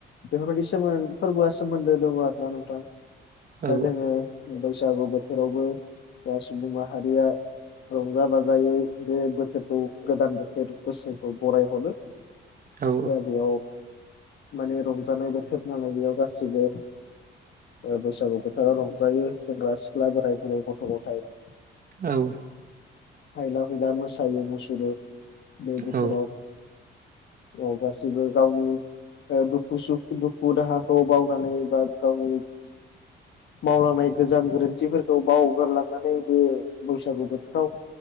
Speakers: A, on the left (about 65°); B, on the right (about 45°).
A: बेफोरबायदि सोमोन फोरबोआ सोमोन्दो दङ आरोना नोंथां दा
B: औ
A: जोङो बैसागु बोथोरावबो दा सुबुंं माहारिया रंजा बाजायै बे बोथोरखौ गोदान बोथोर बोसोरखौ बरायहरो।
B: औ
A: दा बेयाव माने रंजानाय बोथोर नालाय बेयाव गासिबो ओ बैसागु बोथोराव रंजायो सेंग्रा सिख्ला बोराय बुरै गथ' गथाय
B: औ।
A: हायला हुयला मोसायो मुसुरो बे बोथोराव
B: औ
A: औ गासिबो गावनि ओ दुखु सुखु दुखु दाहा खौ बावनानै बा गावनि मावलांनाय गोजाम गोरोन्थिफोरखौ बावगारलांनानै बे बैसागु बोथोराव